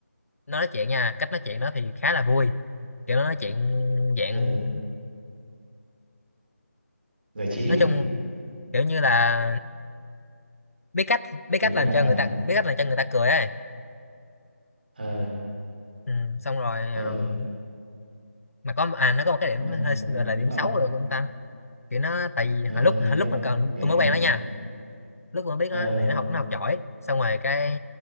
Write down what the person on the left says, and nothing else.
nó nói chuyện nha cách nói chuyện nó thì khá là vui kiểu nó nói chuyện dạng
nói
chung kiểu như là biết cách biết
cách
làm
cho người ta biết cách làm cho người ta cười ấy
ừ, xong rồi
um, mà có à nó có một cái điểm
hơi
gọi
là
điểm
xấu được ông ta kiểu nó tại vì
hồi lúc hồi
lúc mà còn
tôi
mới quen
nó nha lúc mà biết
nó thì nó học nó học giỏi xong rồi cái